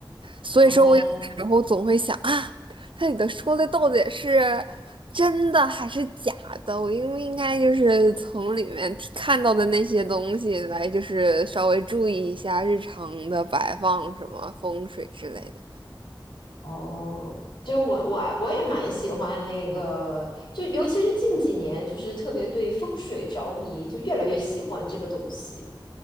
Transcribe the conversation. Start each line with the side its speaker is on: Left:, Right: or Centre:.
Right: 所以说我有的时候总会想啊，
Left: 哦
Right: 它里头说的到底是真的还是假的？我应不应该就是从里面提看到的那些东西来，就是稍微注意一下日常的摆放什么风水之类的。
Left: 哦，就我我我也蛮喜欢那个，就尤其是近几年，就是特别对风水着迷，就越来越喜欢这个东西。